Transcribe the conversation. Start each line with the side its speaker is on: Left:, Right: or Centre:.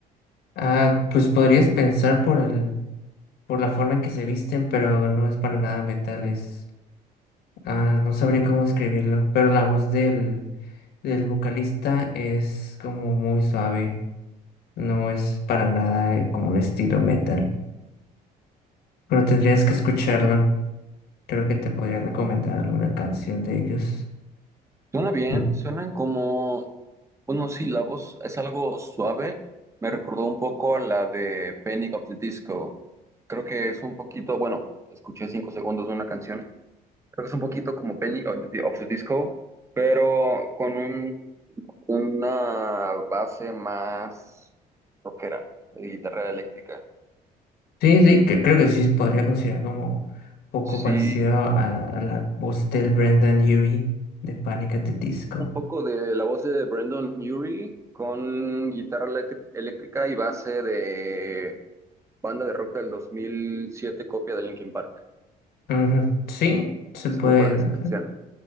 Left: Ah, pues podrías pensar por el, por la forma en que se visten, pero no es para nada metal, es, ah, no sabría cómo escribirlo, pero la voz del, del vocalista es como muy suave, no es para nada eh, como un estilo metal, pero tendrías que escucharlo, creo que te podría recomendar alguna canción de ellos.
Right: Suena bien,
Left: Mm,
Right: suenan como unos sílabos, es algo suave. Me recordó un poco a la de Panic of the Disco. Creo que es un poquito, bueno, escuché cinco segundos de una canción. Creo que es un poquito como Panic of the, of the Disco, pero con un- una base más rockera, de guitarra eléctrica.
Left: Sí, sí, cre- creo que sí se podría considerar como poco
Right: Sí,
Left: parecido a, a la voz del Brendan Urie de Panic at the Disco.
Right: Un poco de la voz de Brandon Urie con guitarra electri- eléctrica y base de banda de rock del 2007, copia de Linkin Park.
Left: Ujú, Sí, se
Right: Es
Left: puede.
Right: una buena descripción,
Left: hacer.